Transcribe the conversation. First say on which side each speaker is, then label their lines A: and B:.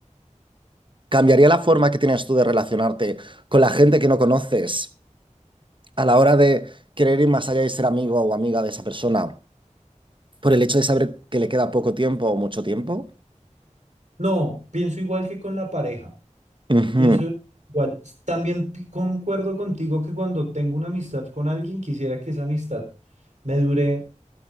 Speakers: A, on the right; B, on the right.
A: ¿Cambiaría la forma que tienes tú de relacionarte con la gente que no conoces a la hora de querer ir más allá y ser amigo o amiga de esa persona por el hecho de saber que le queda poco tiempo o mucho tiempo?
B: No, pienso igual que con la pareja.
A: Ujú,
B: Pienso igual. S- También pi- concuerdo contigo que cuando tengo una amistad con alguien, quisiera que esa amistad me dure